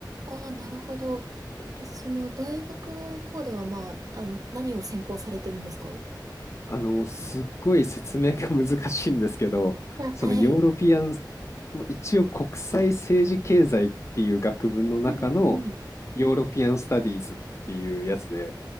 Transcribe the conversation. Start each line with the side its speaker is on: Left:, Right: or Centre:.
Right: ああ、なるほど。え、その、大学の方では、まあ、あの、何を専攻されてるんですか
Left: あの、すっごい説明が難しいんですけど、
Right: あ、
Left: そのヨーロピアン、
Right: はい。
Left: も一応国際政治経済っていう学部の中の
Right: うんうんうん。
Left: ヨーロピアンスタディーズっていうやつで、